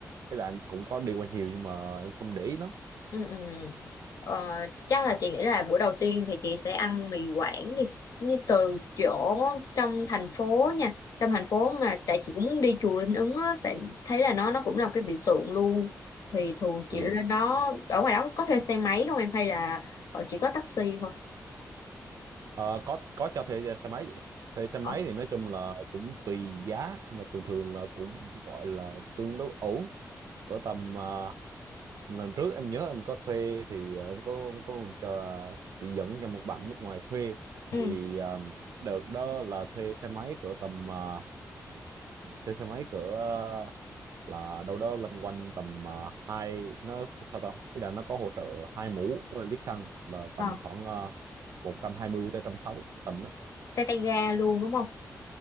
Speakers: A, on the right (about 70°); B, on the left (about 70°).
A: ý là em cũng có đi qua nhiều nhưng mà em không để ý lắm
B: ừ, ừ. ừ. Ờ, chắc là chị nghĩ là bữa đầu tiên thì chị sẽ ăn mì Quảng đi như từ chỗ trong thành phố nha trong thành phố mà tại chị cũng muốn đi chùa Linh Ứng á tại thấy là nó nó cũng là một cái biểu tượng luôn thì thường chị
A: ừ.
B: lên đó ở ngoài đó có thuê xe máy không em hay là ờ, chỉ có taxi thôi
A: Ờ, có có cho thuê xe máy vậy thuê xe máy
B: Ờ,
A: thì nói chung là cũng tùy giá nhưng mà thường thường là cũng gọi là tương đối ổn ở tầm ờ, lần trước em nhớ em có thuê thì ờ, em có có cho chị dẫn cho một bạn nước ngoài thuê
B: ừ
A: thì ờ, đợt đó là thuê xe máy cỡ tầm ờ, thuê xe máy cỡ ờ, là đâu đó loanh quanh tầm ờ, hai nó sao ta ý là nó có hỗ trợ hai mũ với lít xăng là
B: ờ,
A: tầm khoảng uh, một trăm hai mươi tới một trăm sáu mươi tầm đó
B: xe tay ga luôn đúng không